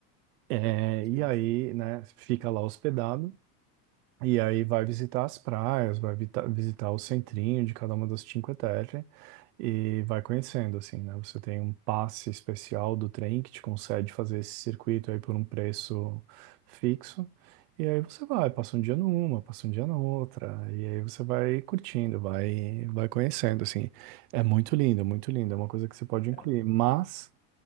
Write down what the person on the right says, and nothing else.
é,
e aí,
né, fica lá hospedado, e aí vai visitar as praias, vai vita- visitar o centrinho de cada uma das Cinque Terre, e vai conhecendo, assim, né? Você tem um passe especial do trem que te concede fazer esse circuito aí por um preço fixo, e aí você vai, passa um dia numa, passa um dia na outra, e aí você vai curtindo, vai, vai conhecendo, assim. É muito lindo, é muito lindo, é uma coisa que você pode incluir,
mas